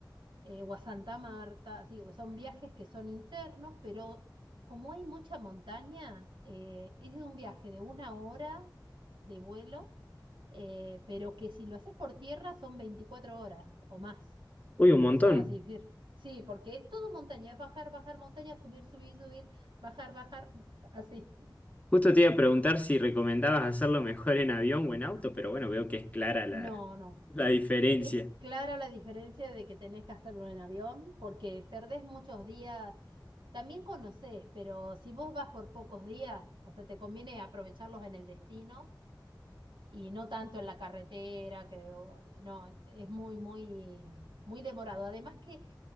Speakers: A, on the right; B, on the left.
A: eh, o a Santa Marta, sí, son viajes que son internos, pero como hay mucha montaña, eh, es un viaje de una hora de vuelo, eh, pero que si lo haces por tierra son 24 horas o más.
B: Uy, un montón.
A: O sea, sí, fir- sí, porque es todo montaña, es bajar, bajar montaña, subir, subir, subir, bajar, bajar, <laughs> así.
B: Justo te iba a preguntar si recomendabas hacerlo mejor en avión o en auto, pero bueno, veo que es clara la,
A: No, no.
B: la diferencia.
A: Es clara la diferencia de que tenés que hacerlo en avión, porque perdés muchos días. También conocés, pero si vos vas por pocos días, o sea, te conviene aprovecharlos en el destino y no tanto en la carretera, que o- no, es muy, muy, muy demorado. Además que